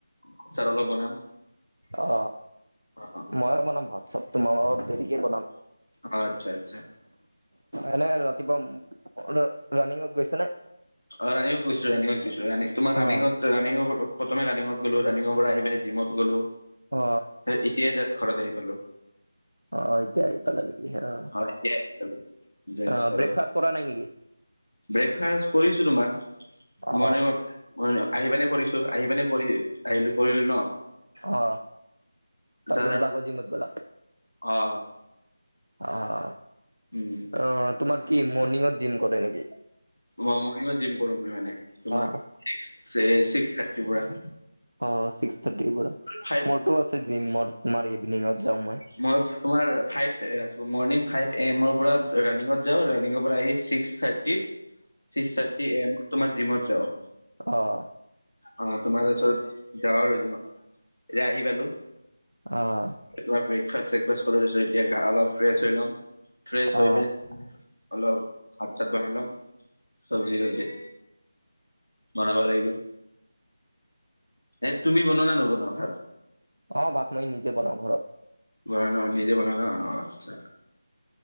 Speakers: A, on the left (about 85°); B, on the right (about 80°).
A: আচাৰ অলপ বনাম।
B: অ
A: অ
B: ময়ে বনাম ভাত চাত, তোমাৰ অলপ দেৰিকে বনাম।
A: অ আচ্ছা আচ্ছা।
B: এনে ৰাতিপুৱা ম ৰা ৰাণিংত গৈছা নে?
A: অ ৰানিংত গৈছো ৰানিংত গৈছো ৰা তোমাৰ ৰানিংত
B: অ
A: ৰানিংত প্ৰথমে ৰানিংত গলো ৰাণিঙৰ পৰা আহি পেলি জিমত গলো,
B: অ
A: এতিয়াই যাষ্ট ঘৰত আহি পালো।
B: অ এতিয়া আহি পালা নেকি অ,
A: এতিয়া আহি পালো জাষ্ট
B: অ
A: ঘৰত
B: ব্ৰেকফাষ্ট কৰা নাই নেকি?
A: ব্ৰেকফাষ্ট কৰিছোঁ তোমাৰ মৰ্ণিং
B: অ
A: ত। মৰ্ণিংত আহি পেনে কৰিছো আহি পেনে কৰি আহিলো কৰিলো ন।
B: অ তাৰপিছত
A: যা
B: আকৌ জিমত গলা?
A: অ
B: অ অ।
A: উম।
B: অ তোমাৰ কি মৰ্ণিঙত জিম কৰে নেকি?
A: ম মৰ্ণিঙত জিম কৰোগে মানে তোমাৰ
B: অ
A: ছিক্স অ চিক্স থাৰ্টিৰ পৰা।
B: অ ছিক্স থাৰ্টিৰ পৰা,
A: ফাইভ
B: মইতো আছে জিম মই তোমাৰ ইভিনিঙত যাওঁ মই।
A: মই তোমাৰ ফাইভ ৰা মৰ্ণিং ফাইভ এ এমৰ পৰা ৰানিংত যাওঁ ৰানিংৰ পৰা আহি ছিক্স ক্স থাৰ্টিত
B: <unintelligible>
A: ছিক্স থাৰ্টি এ এম তোমাৰ জিমত যাওঁ।
B: অঁ
A: অঁ তোমাৰ তাৰপিছত যাওঁ আৰু জিমত এতিয়া আহি পালো।
B: অঁ'
A: তোমাৰ ব্ৰেকফাষ্ট চেকফাষ্ট কৰি দিছো এতিয়া গা অলপ ফ্ৰেছ হৈ ল'ম। ফ্ৰেছ হৈ
B: অ
A: পিনি- অলপ ভাত চাত বনাই লম চবজি তবজি। বনাব লাগিব এ তুমি বনোৱা নে নবনোৱা ভাত?
B: অঁ' ভাত মই নিজে বনাওঁ ঘৰত।
A: বনাও না নিজে বনাও ন, অঁ আ‌ৎচ্ছা।